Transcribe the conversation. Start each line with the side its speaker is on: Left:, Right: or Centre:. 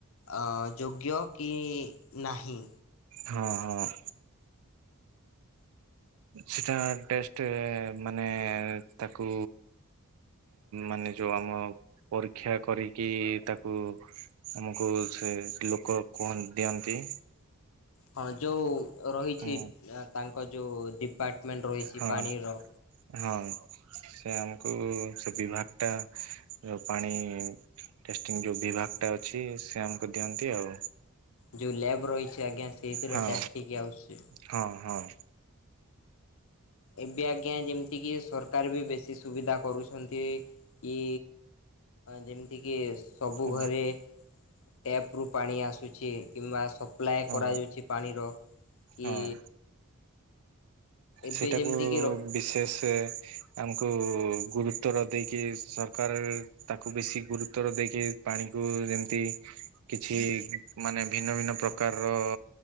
Left: ଆ ଯୋଗ୍ୟ କି ନାହିଁ।
Right: ହଁ ହଁ। ସେଟା ଟେଷ୍ଟ ମାନେ ତାକୁ ମାନେ ଯୋଉ ଆମ ପରୀକ୍ଷା କରିକି ତା କୁ ଆମକୁ ସେ ଲୋକ <unintelligible> ଦିଅନ୍ତି।
Left: ହଁ ଯୋଉ ରହିଛି
Right: ହୁଁ
Left: ତାଙ୍କ ଯୋଉ ଡିପାର୍ଟମେଣ୍ଟ ରହିଛି
Right: ହଁ
Left: ପାଣିର।
Right: ହଁ ସେ ଆମକୁ ସେ ବିଭାଗ ଟା ପାଣି ଟେଷ୍ଟିଙ୍ଗ ଯୋଉ ବିଭାଗ ଟା ଅଛି ସେ ଆମକୁ ଦିଅନ୍ତି ଆଉ।
Left: ଯୋଉ ଲ୍ୟାବ୍ ରହିଛି ଆଜ୍ଞା ସେଇଥିରେ
Right: ହଁ
Left: ଟେଷ୍ଟ ହେଇକି ଆଉଛି।
Right: ହଁ ହଁ।
Left: ଏବେ ଆଜ୍ଞା ଯେମିତି କିି ସରକାର ବି ବେଶୀ ସୁବିଧା କରୁଛନ୍ତି କି ଯେମିତି କିି ସବୁ
Right: ହଁ
Left: ଘରେ ଟ୍ୟାପ୍ ରୁ ପାଣି ଆସୁଛି। କିମ୍ବା ସପ୍ଲାଏ
Right: ହଁ
Left: କରାଯାଉଛି ପାଣିର କି
Right: ହଁ
Left: ଏବେ
Right: ସେଟାକୁ
Left: ଯେମିତିକି
Right: ବିଶେଷ ଆମକୁ ଗୁରୁତର ଦେଇକି ସରକାର ତାକୁ ବେଶି ଗୁରୁତର ଦେଇକି ପାଣିକୁ ଯେମିତି କିଛି ମାନେ ଭିନ୍ନ ଭିନ୍ନ ପ୍ରକାର ର